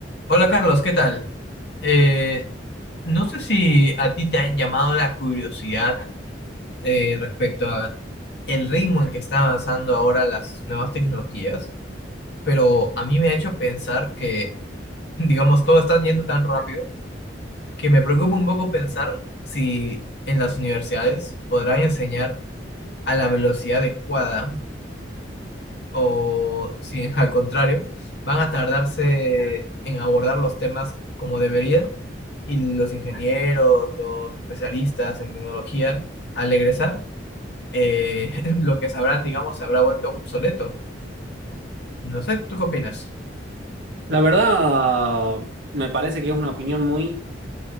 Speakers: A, on the left; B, on the right.
A: Hola Carlos, ¿qué tal? Eh, no sé si a ti te ha llamado la curiosidad eh, respecto a el ritmo en que están avanzando ahora las nuevas tecnologías, pero a mí me ha hecho pensar que, <laughs> digamos, todo está yendo tan rápido que me preocupa un poco pensar si en las universidades podrán enseñar a la velocidad adecuada o si <laughs> al contrario van a tardarse en abordar los temas como deberían y los ingenieros, los especialistas en tecnología, al egresar, eh, <laughs> lo que sabrán, digamos, se habrá vuelto obsoleto. No sé, ¿tú qué opinas?
B: La verdad, me parece que es una opinión muy